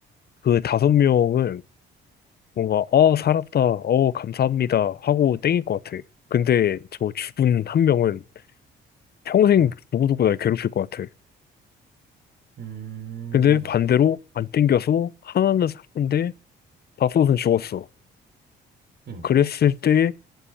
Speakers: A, on the left; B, on the right.
A: 그 다섯 명은 뭔가, 아, 살았다. 어, 감사합니다. 하고 땡길 것 같아. 근데 저 죽은 한 명은 평생
B: 음.
A: 누구누구 날 괴롭힐 것 같아.
B: 음.
A: 근데 반대로 안 땡겨서 하나는 살았는데 다섯은 죽었어.
B: 음.
A: 그랬을 때